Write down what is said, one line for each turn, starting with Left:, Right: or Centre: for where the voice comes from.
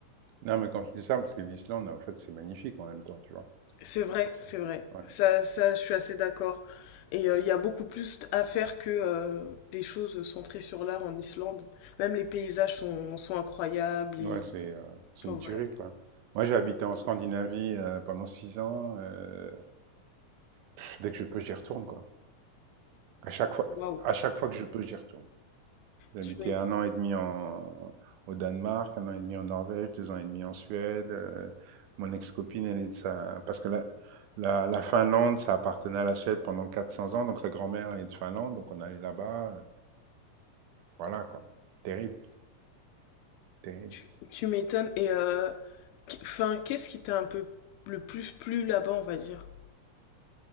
Right: Non, mais quand je dis ça, parce que l'Islande, en fait, c'est magnifique en même temps, tu vois,
Left: C'est vrai,
Right: pour ça.
Left: c'est vrai.
Right: Ouais,
Left: Ça, ça, je suis assez d'accord. Et euh, il y a beaucoup plus à faire que euh, des choses centrées sur l'art en Islande. Même les paysages sont, sont incroyables et...
Right: ouais c'est euh, c'est
Left: Enfin
Right: une tuerie,
Left: voilà.
Right: quoi. Moi, j'ai habité en Scandinavie euh, pendant six ans. euh, pff, dès que je peux, j'y retourne, quoi. À chaque fois,
Left: Waouh.
Right: à chaque fois que je peux, j'y retourne. J'ai
Left: Tu
Right: habité
Left: m'é-
Right: un an et demi en, au Danemark, un an et demi en Norvège, deux ans et demi en Suède. Euh, mon ex-copine, elle est de sa... Parce que la, la, la Finlande, ça appartenait à la Suède pendant 400 ans, donc sa grand-mère est de Finlande, donc on allait là-bas. euh, Voilà, quoi. Terrible, terrible.
Left: tu- tu m'étonnes. Et euh, qu- enfin, qu'est-ce qui t'a un peu le plus plu là-bas, on va dire?